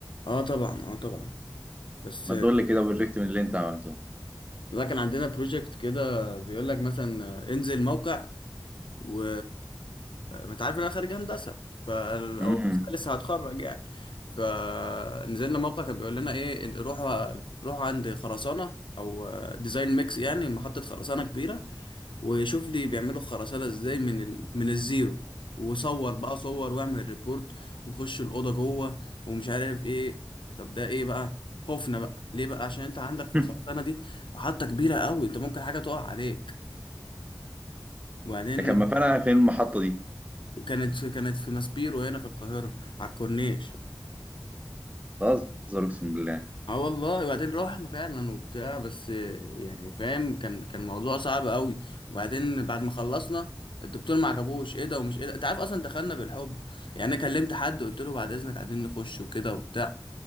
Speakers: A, on the left; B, on the right.
A: اه طبعا اه طبعا بس
B: ما تقول لي كده بروجكت من اللي أنت عملته
A: لا كان عندنا بروجكت كده بيقول لك مثلا انزل موقع و انت عارف إن انا خارج هندسه ف او
B: مم.
A: لسه هتخرج يعني فنزلنا موقع كان بيقول لنا ايه روحوا روحوا عند خرسانه او ديزاين ميكس يعني محطه خرسانه كبيره وشوف لي بيعملوا خرسانة ازاي من ال... من الزيرو وصور بقى صور واعمل ريبورت ونخش الأوضة جوه ومش عارف ايه طب ده ايه بقى خوفنا بقى ليه بقى عشان انت عندك في
B: <laughs>
A: الخرسانة دي محطة كبيرة قوي انت ممكن حاجة تقع عليك وبعدين
B: كان مكانها فين المحطة دي؟
A: كانت كانت في ماسبيرو هنا في القاهرة على الكورنيش
B: بهزر أقسم بالله
A: اه والله وبعدين روحنا فعلا وبتاع بس يعني فاهم كان كان موضوع صعب قوي وبعدين بعد ما خلصنا الدكتور ما عجبوش ايه ده ومش ايه ده انت عارف اصلا دخلنا بالحب يعني انا كلمت حد قلت له بعد اذنك عايزين نخش وكده وبتاع